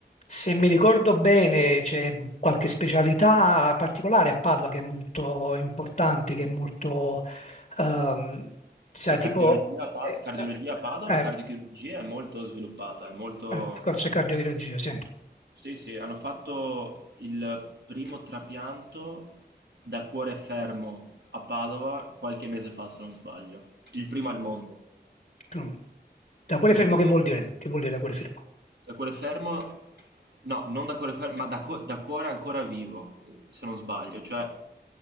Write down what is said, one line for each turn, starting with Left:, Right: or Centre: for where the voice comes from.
Left: se mi ricordo bene, c'è qualche specialità particolare a Padova che è molto importante, che è molto, ehm, sai,
Right: Beh,
Left: tipo,
Right: cardiologia, a Pa-
Left: eh,
Right: cardiologia a Padova,
Left: eh,
Right: cardiochirurgia è molto sviluppata, è molto...
Left: eh, forse cardiochirurgia, sì.
Right: Sì, sì, hanno fatto il primo trapianto da cuore fermo a Padova qualche mese fa, se non sbaglio. Il primo al mondo.
Left: Mm. Da quale
Right: Quindi
Left: fermo che vuol dire? Che vuol dire da quale fermo?
Right: da cuore fermo... No, non da cuore fermo, ma da, co- da cuore ancora vivo, se non sbaglio. Cioè,